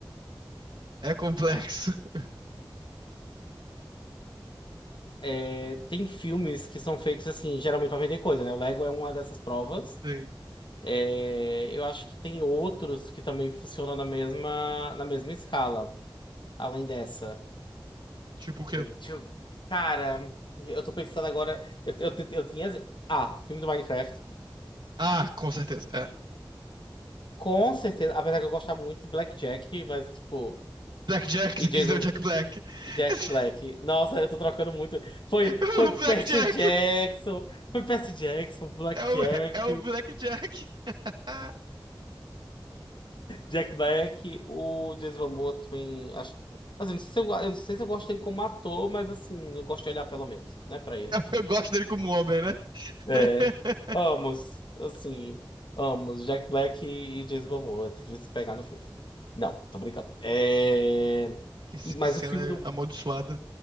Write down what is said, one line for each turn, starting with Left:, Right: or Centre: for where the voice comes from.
Right: é complexo.
Left: É.
Right: <laughs>
Left: É, Tem filmes que são feitos assim, geralmente pra vender coisa, né? O Lego é uma dessas provas.
Right: Sim.
Left: É, eu acho que tem outros que também funcionam na mesma, na mesma escala, além dessa.
Right: Tipo o quê?
Left: Deixa eu- Cara, eu tô pensando agora. Eu, eu, eu tinha. Ah, filme do Minecraft.
Right: Ah, com certeza. É.
Left: Com certeza. Apesar que eu gostava muito de Blackjack, mas tipo.
Right: Black Jack,
Left: E
Right: você
Left: Jason.
Right: quis dizer o Jack Black.
Left: Jack
Right: <laughs>
Left: Black. Nossa, eu tô trocando muito. Foi,
Right: O
Left: foi
Right: Black
Left: Percy
Right: Jack.
Left: Jackson. Foi Percy Jackson, Blackjack,
Right: É o, <laughs> é o Black Jack. <laughs>
Left: Jack Black, o Jason Momoa também. Acho, assim, não sei se eu, eu não sei se eu gosto dele como ator, mas assim, eu gosto de olhar pelo menos, né, pra ele.
Right: Eu gosto dele como homem, né?
Left: É,
Right: <laughs>
Left: ambos, assim, ambos, Jack Black e James Momoa, de se pegar no filme. Não, tô brincando. É,
Right: Que,
Left: e, mas
Right: que cena
Left: o filme do,
Right: amaldiçoada.